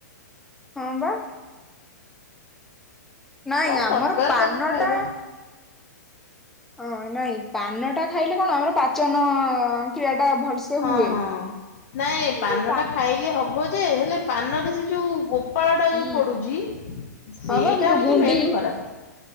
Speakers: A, in the centre; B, on the left (about 50°).
A: ହଁ ବା। ନାଇଁ
B: କଣ
A: ଆମର
B: ଦରକାର
A: ପାନ
B: ତାକୁ ଖାଇବା
A: ଟା ହଁ ନାଇଁ ପାନ ଟା ଖାଇଲେ କଣ ଆମର ପାଚନ କ୍ରିୟା ଟା ଭଲସେ
B: ହଁ
A: ହୁଏ
B: ହଁ ନାଇଁ
A: ଏ
B: ପାନ
A: ଯୋଉ ପା
B: ଟା ଖାଇଲେ ହବ ଯେ ହେଲେ ପାନରେ ସେ ଯଉ ଗୁ ପାଳ ଟା ଯୋଉ
A: ଉଁ
B: ପଡୁଛି ସେଇଟା
A: ହଁ ବା ସେ ଯୋଉ
B: ହଉଛି
A: ଗୁଣ୍ଡି
B: ମେନ୍ ଖରାପ।